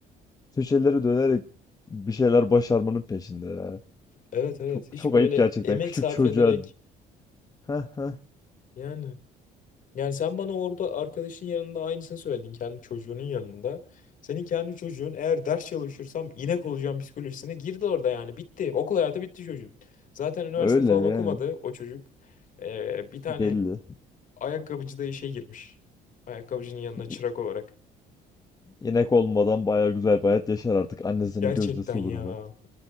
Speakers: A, on the left (about 20°); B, on the left (about 50°).
A: köşeleri dönerek bir şeyler başarmanın peşinde ya.
B: Evet evet
A: Çok
B: hiç
A: çok
B: böyle
A: ayıp gerçekten
B: emek
A: küçük
B: sarf
A: çocuğa.
B: ederek
A: Heh, heh.
B: yani. Yani sen bana orada arkadaşın yanında aynısını söyledin kendi çocuğunun yanında. Senin kendi çocuğun eğer ders çalışırsam inek olacağım psikolojisine girdi orada yani bitti. Okul hayatı bitti çocuğun. Zaten üniversite
A: Öyle
B: falan okumadı
A: yani
B: o çocuk. Ee, bir tane
A: belli.
B: ayakkabıcı da işe girmiş. Ayakkabıcının yanına çırak
A: İ-
B: olarak.
A: İnek olmadan baya güzel bir hayat yaşar artık. Annesinin
B: Gerçekten
A: gözdesi
B: ya.
A: olur da.